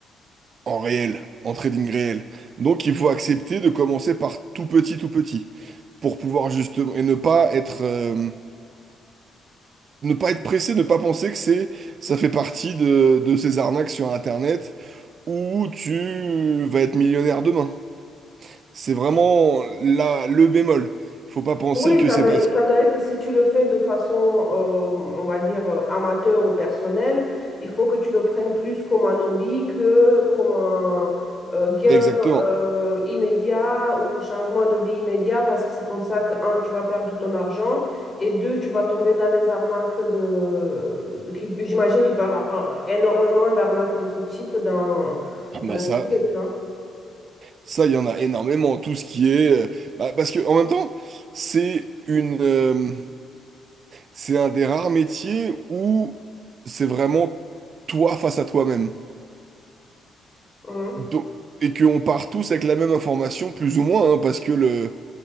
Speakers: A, on the right; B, on the left.
A: en réel, en trading réel. Donc il faut accepter de commencer par tout petit, tout petit, pour pouvoir justement, et ne pas être, euh, ne pas être pressé, ne pas penser que c'est, ça fait partie de, de ces arnaques sur Internet où tu vas être millionnaire demain. C'est vraiment la le bémol. Faut pas penser
B: Oui,
A: que
B: ça,
A: c'est
B: va-
A: parce que...
B: ça doit être si tu le fais de façon, euh, on va dire, euh, amateur ou personnelle, il faut que tu le prennes plus comme un hobby que comme un euh, gain
A: Exactement.
B: euh, immédiat ou changement de vie immédiat parce que c'est comme ça que, un, tu vas perdre tout ton argent et deux, tu vas tomber dans les arnaques de, de qui- j'imagine qu'il peut y avoir euh, énormément d'arnaques de ce type dans, dans
A: Bah
B: le
A: ça,
B: milieu, tu vois.
A: ça, il y en a énormément. Tout ce qui est... euh, bah, parce que en même temps, c'est une... euh, c'est un des rares métiers où c'est vraiment toi face à toi-même.
B: Mhm.
A: Donc- et qu'on part tous avec la même information, plus ou moins, hein, parce que le...